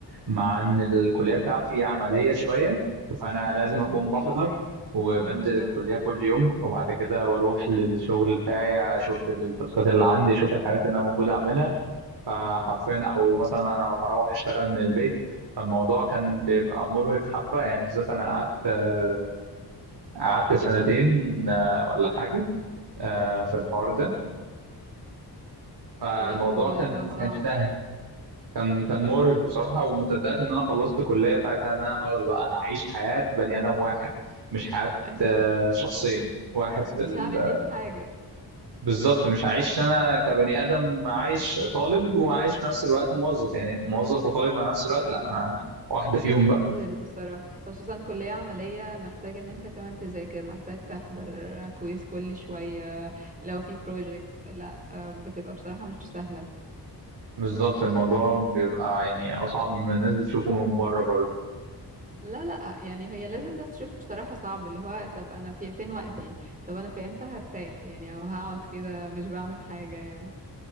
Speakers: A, on the right; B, on the right.
A: مع ان الكليه بتاعتي عمليه شويه فانا لازم اكون
B: مم.
A: بحضر وبنزل
B: بالظبط
A: الكليه كل يوم وبعد كده بروح للشغل بتاعي اشوف التاسكات اللي عندي اشوف الحاجات اللي انا المفروض اعملها فحرفيا
B: مم.
A: او مثلا انا لو هروح اشتغل من البيت فالموضوع كان بيبقى مرهق حبه يعني بالذات انا قعدت آه، قعدت سنتين آه، ولا حاجه آه، في الحوار ده فالموضوع
B: لا هو
A: كان
B: هو صعب
A: ما كانش سهل كان كان مرهق بصراحة وما صدقت إن أنا خلصت كلية ساعتها إن أنا خلاص بقى أنا أعيش حياة بني آدم واحد مش حياة
B: ايوه
A: آه، شخصين واحد في ال...
B: مش هعمل مية حاجة
A: بالظبط مش هعيش أنا كبني آدم عايش طالب وعايش في نفس الوقت موظف يعني موظف وطالب مع نفس الوقت لا أنا واحدة فيهم
B: لا كتير
A: بقى
B: بصراحة خصوصا كلية عملية محتاج ان انت كمان تذاكر محتاج تحضر كويس كل شوية لو في بروجكت لا آه، بتبقى بصراحة مش سهلة
A: بالظبط الموضوع بيبقى يعني أصعب مما الناس بتشوفه من بره برضه
B: لا لا يعني هي لازم ناس تشوفه بصراحة صعب اللي هو طب انا في فين وقتي طب انا في امتى هرتاح يعني او هقعد كده مش بعمل حاجة يعني